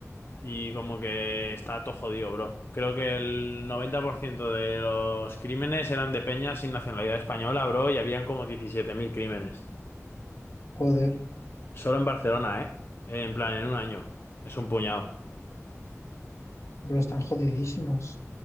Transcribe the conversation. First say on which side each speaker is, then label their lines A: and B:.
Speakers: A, on the left; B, on the left.
A: Y como que está todo jodido, bro. Creo que el 90% de los crímenes eran de peñas sin nacionalidad española, bro, y habían como 17.000 crímenes.
B: Joder,
A: Solo en Barcelona, ¿eh? En plan, en un año. Es un puñado.
B: pero están jodidísimos.